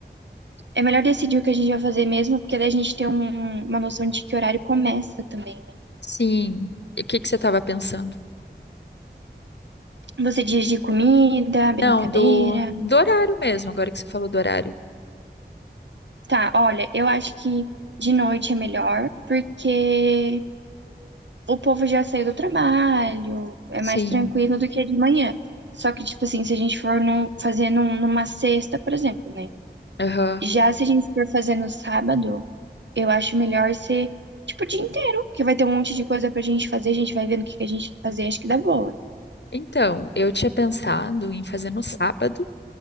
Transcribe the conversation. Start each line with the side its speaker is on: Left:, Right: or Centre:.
Right: É melhor decidir o que a gente vai fazer mesmo, porque daí a gente tem um- uma noção de que horário começa também, né?
Left: Sim. E o que que você tava pensando?
Right: Você diz de comida, brincadeira.
Left: Não, do, do horário mesmo, agora que você falou do horário.
Right: Tá, olha, eu acho que de noite é melhor, porque o povo já saiu do trabalho, é
Left: Sim.
Right: mais tranquilo do que de manhã. Só que, tipo assim, se a gente for num, fazer num- numa sexta, por exemplo, né?
Left: Aham.
Right: Já se a gente for fazer no sábado, eu acho melhor ser, tipo, o dia inteiro, porque vai ter um monte de coisa pra gente fazer, a gente vai vendo o que que a gente quer fazer, acho que dá boa.
Left: Então, eu tinha pensado em fazer no sábado.